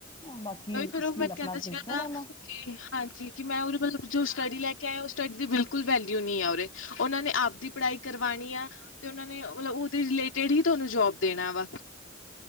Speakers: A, on the left; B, on the left.
A: ਬਾਕੀ
B: ਔਹੀ ਕਰੋ
A: ਸਕਿੱਲ
B: ਮੈਂ
A: ਆਪਣਾ
B: ਕੈੰਦਾ ਸੀਗਾ
A: ਦੇਖਦੇ
B: ਕੈੰਦਾ
A: ਰਹਿਣਾ
B: ਕਿ ਹਾਂਜੀ ਕਿ ਮੈਂ ਉਰੇ ਪੈਲੇ ਜੋ ਸਟੱਡੀ ਲੈ ਕ ਕੈ ਔ ਸਟੱਡੀ ਦੀ ਬਿਲਕੁਲ ਵੈਲਿਊ ਨੀ ਐ ਉਰੇ, ਔਨਾਂ ਨੇ ਆਪ ਦੀ ਪੜ੍ਹਾਈ ਕਰਵਾਣੀ ਆ ਤੇ ਔਨਾਂ ਨੇ ਉਲੇ ਉ ਉਦੇ ਰਿਲੇਟਿਡ ਹੀ ਤੁਹੈਨੂੰ ਜੋਬ ਦੇਣਾ ਵਾ।